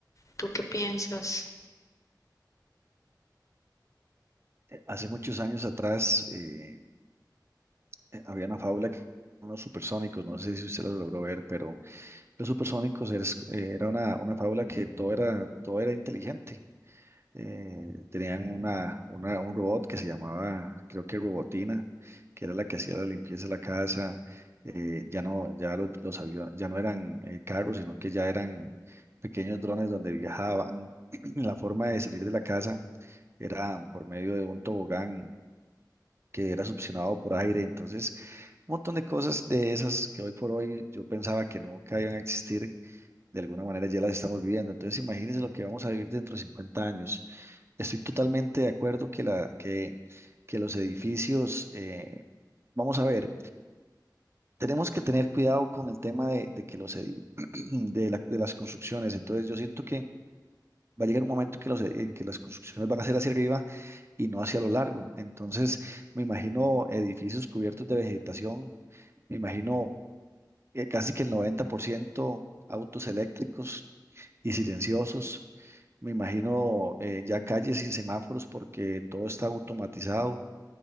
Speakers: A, on the left; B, on the right.
A: ¿Tú qué piensas?
B: Hace muchos años atrás eh, eh, había una fábula que los supersónicos, no sé si usted la logró ver, pero los supersónicos eres- eh, era una, una fábula que todo era, todo era inteligente. Eh, tenían una, una- un robot que se llamaba, creo que Robotina, que era la que hacía la limpieza de la casa. Eh, ya no, ya los, los aviones, ya no eran eh, carros, sino que ya eran pequeños drones donde viajaban. <clears throat> La forma de salir de la casa era por medio de un tobogán que era succionado por aire. Entonces, un montón de cosas de esas que hoy por hoy yo pensaba que no que iban a existir, de alguna manera ya las estamos viviendo. Entonces, imagínense lo que vamos a vivir dentro de 50 años. Estoy totalmente de acuerdo que, la, que, que los edificios, eh, vamos a ver, tenemos que tener cuidado con el tema de, de que los edi- <clears throat> de, la- de las construcciones. Entonces, yo siento que va a llegar un momento que los, en que las construcciones van a ser hacia arriba y no hacia lo largo. Entonces, me imagino edificios cubiertos de vegetación Me imagino eh, casi que el 90% autos eléctricos y silenciosos. Me imagino eh, ya calles sin semáforos porque todo está automatizado.